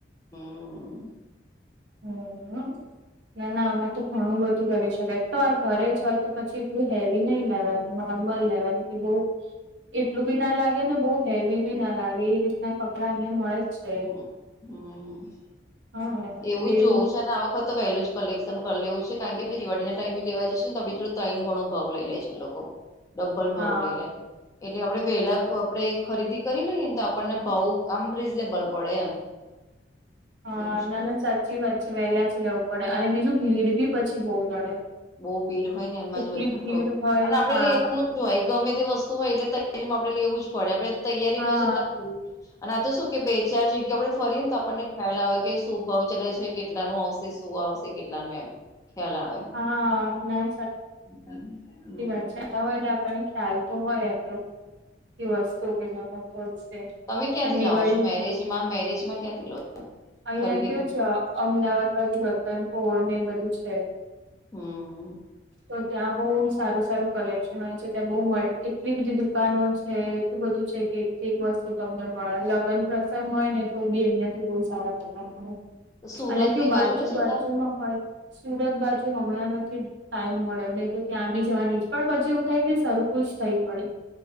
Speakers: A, on the left; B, on the right.
A: હમ.
B: હમ્મ ના ના આમાં તો ઘણું બધું કરી શકાય તો આ ઘરે જ હોય તો પછી એટલું હેવી નહી લેવાનું. લેવાની <unintelligible> એટલું બી ના લાગે ને બહુ હેવી બી ના લાગે એ રીતના કપડાં અહિયાં મળે છે,
A: હમ હમ
B: હા
A: એવું
B: બેવું
A: જ જોવું છે અને આ વખત તો વહેલું જ કલેક્શન કરી લેવું છે કારણ કે <inaudible> દિવાળીના ટાઈમે લેવા જશે ને આપડી જોડે ત્રણ ઘણો ભાવ લઈ લે છે લોકો. ડબલ ભાવ
B: હા
A: લઈ લે. એટલે આપડે વહેલા આપડે ખરીદી કરી લઈએ ને તો આપણને ભાવ આમ રીઝનેબલ પડે એમ.
B: હા
A: એવું જ
B: ના
A: કરું
B: ના સાચી વાત છે વહેલા જઈ આવું પડે અને બીજું ભીડ બી પછી બહુ નડે.
A: બઉ ભીડ હોય ને એમાં
B: એટલી
A: જ વધારતો
B: ભીડ હોય
A: અને આપડે
B: હા
A: લેવાનું અય ગમે તે વસ્તુ હોય એટલે તૈયારીમાં આપડે લેવું જ પડે આપણે તૈયારીમાં
B: હા
A: જતા અને આ તો શું કે બે ચાર જગ્યા આપડે ફરીએ ને તો આપણને ખ્યાલ આવે. કે શું ભાવ ચાલે છે કેટલાનું આવશે શું આવશે કેટલાનું એમ ખ્યાલ આવે.
B: હા ના
A: હમ
B: વાત છે હોય એટલે આપને ખ્યાલ તો હોય એટલો. એ વસ્તુ કેટલામાં ફોલ્ટ છે <inaudible>
A: તમે ક્યાંથી
B: હતી.
A: લાવો છો મેરેજમાં મેરેજમાં ક્યાંથી લો
B: અહિયાં
A: ખરીદી
B: કેવું
A: કર
B: છે અમદાવાદ બાજુ રતનપોળ ને એ બધું છે.
A: હમ્મ
B: તો ત્યાં બહુ સારું સારું કલેક્શન હોય છે, ત્યાં બહુ મ એટલી બધી દુકાનો છે. એ બધું છે કે એક એક વસ્તુ તમને મળે, લગ્ન પ્રસંગ હોય ને તો બી અહિયાં થી બહુ સારા
A: સુરત
B: અને કેવું
A: ની
B: બાજુ
A: ને જતા
B: બાજુમાં હોય સુરત બાજુ હમણાં નથી ટાઈમ મળ્યો નહી તો ત્યાં બી જવાની જ પણ પછી એવું થાય કે સા ખુશ થઈ પડે,